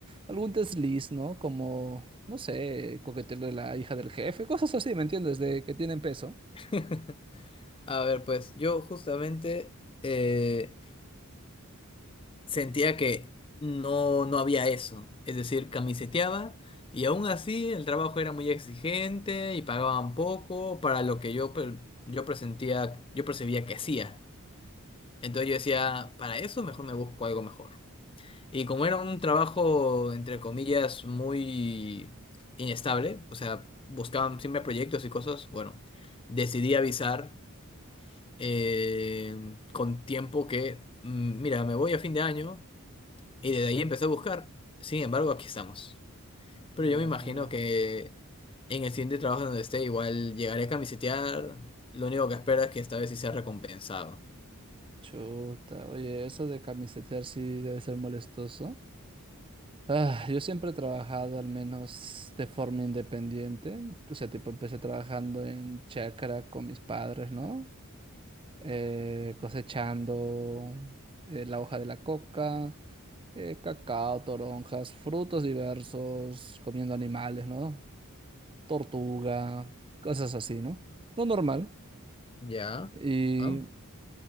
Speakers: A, on the right; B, on the left.
A: algún desliz, ¿no? Como, no sé, coquetearle a la hija del jefe, cosas así, ¿me entiendes? De que tienen peso.
B: <laughs> A ver, pues yo justamente eh, sentía que no, no había eso. Es decir, camiseteaba y aún así el trabajo era muy exigente y pagaban poco para lo que yo, per- yo presentía, yo percibía que hacía. Entonces yo decía, para eso mejor me busco algo mejor. Y como era un trabajo, entre comillas, muy inestable, o sea, buscaban siempre proyectos y cosas, bueno, decidí avisar eh, con tiempo que, mm, mira, me voy a fin de año. Y desde ahí empecé a buscar. Sin embargo, aquí estamos. Pero
A: Dios
B: yo me imagino
A: mío.
B: que en el siguiente trabajo donde esté, igual llegaré a camisetear. Lo único que espero es que esta vez sí sea recompensado.
A: Chuta. Oye, eso de camisetear sí debe ser molestoso. Ah, yo siempre he trabajado al menos de forma independiente. O sea, tipo, empecé trabajando en chacra con mis padres, ¿no? Eh, cosechando eh, la hoja de la coca, eh, cacao, toronjas, frutos diversos, comiendo animales, ¿no? Tortuga, cosas así, ¿no? Lo normal.
B: Ya.
A: y
B: Ah.